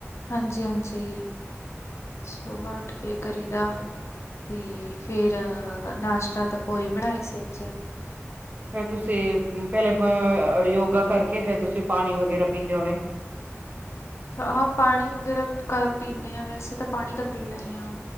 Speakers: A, on the left; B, on the right.
A: ਹਾਂ ਜੀ ਹਾਂ ਜੀ ਸੁਬਹ ਉਠ ਕੇ ਕਰੀ ਦਾ। ਤੇ ਫੇਰ ਨਾਸ਼ਤਾ ਤਾਂ ਪੋਹੇ ਬਣਾਏ ਸੀ ਅੱਜ।
B: ਫੇਰ ਤੁਸੀਂ ਪਹਿਲੇ। ਅ ਯੋਗਾ ਕਰਕੇ ਫੇਰ ਤੁਸੀਂ ਪਾਣੀ ਵਗੈਰਾ ਪੀਂਦੇ ਹੋਣੇ।
A: ਹਾਂ ਹਾਂ ਪਾਣੀ ਵਗੈਰਾ ਪੀਂਦੇ ਆ। ਵੈਸੇ ਤਾਂ ਪਾਣੀ ਤਾਂ ਪੀਣਾ ਹੀ ਆ।